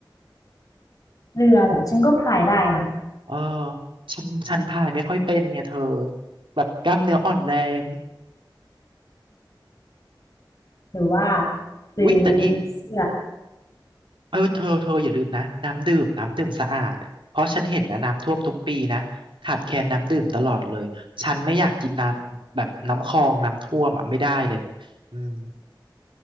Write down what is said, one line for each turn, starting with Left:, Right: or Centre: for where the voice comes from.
Left: เรือเหรอฉันก็พายได้นะ
Right: เออฉันฉันพายไม่ค่อยเป็นไงเธอแบบกล้ามเนื้ออ่อนแรง
Left: หรือว่าซื้อ
Right: อุ๊ยแต่นี่
Left: เสื้อ
Right: เออเธอเธออย่าลืมนะน้ำดื่มน้ำดื่มสะอาดเพราะฉันเห็นนะน้ำท่วมทุกปีนะขาดแคลนน้ำดื่มตลอดเลยฉันไม่อยากกินน้ำแบบน้ำคลองน้ำท่วมอ่ะไม่ได้เลยอืม